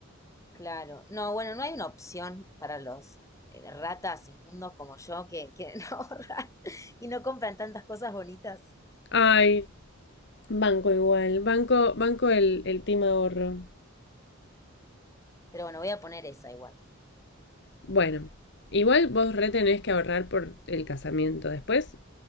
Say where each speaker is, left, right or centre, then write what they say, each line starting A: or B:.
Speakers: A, on the left (about 15°); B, on the left (about 60°).
A: Claro, no, bueno, no hay una opción para los eh, ratas inmundos como yo que quieren <laughs> ahorrar y no compran tantas cosas bonitas.
B: Ay, banco igual. Banco, banco el, el team ahorro.
A: Pero bueno, voy a poner esa igual.
B: Bueno, igual vos re tenés que ahorrar por el casamiento. Después